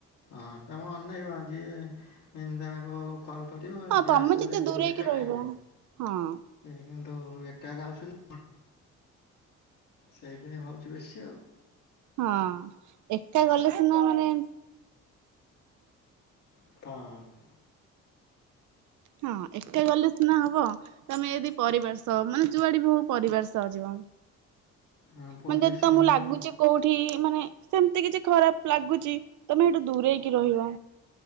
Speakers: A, on the left (about 70°); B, on the right (about 65°).
A: ହଁ ତମେ ଅନେଇବ, ଯିଏ ଯାହାକୁ ଫଲ ପଟିବ
B: ହଁ
A: ସିଏ
B: ତମେ
A: ଆସିଲେ
B: ଯେତେ ଦୂରେଇକି
A: ଏକା
B: ରହିବ
A: କାଇଁ ଯିବ?
B: ହଁ
A: ଏ କିନ୍ତୁ ଏକା ଯାଉଛନ୍ତି। ସେଇପାଁଇ ହଉଛି ବେଶୀ ଆଉ।
B: ହଁ, ଏକା ଗଲେ ସିନା ମାନେ
A: ହଁ।
B: ହଁ ଏକା ଗଲେ ସିନା ହବ ତମେ ଯଦି ପରିବାର ସହ ମାନେ ଯୁଆଡେ ହୋଉ ପରିବାର ସହ ଯିବ।
A: ହଁ ପୋଲିସ
B: ମାନେ ଯେଦି ତମକୁ
A: ନମ୍ବର
B: ଲାଗୁଛି କୋଉଠି ମାନେ ସେମତି କିଛି ଖରାପ ଲାଗୁଛି ତମେ ହେଠୁ ଦୂରେଇକି ରହିବା।